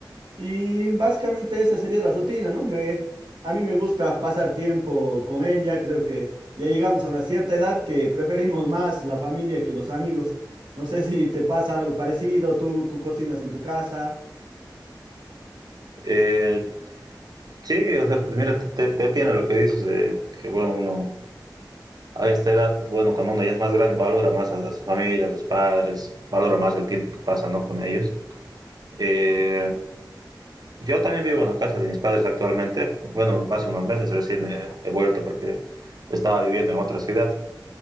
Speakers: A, on the right (about 75°); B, on the right (about 55°).
A: y básicamente esa sería la rutina, ¿no? Me, a mí me gusta pasar tiempo con ella, creo que ya llegamos a una cierta edad que preferimos más la familia que los amigos. No sé si te pasa algo parecido, tú, tú cocinas en tu casa.
B: Eh, Sí, o sea, mira, te, te- te atiendo lo que dices de que, bueno, uno a esta edad, bueno, cuando uno ya es más grande, valora más a, a su familia, a sus padres, valora más el tiempo que pasa, ¿no? Con ellos. Eh, yo también vivo en la casa de mis padres actualmente. Bueno, hace unos meses recién eh, he vuelto porque estaba viviendo en otra ciudad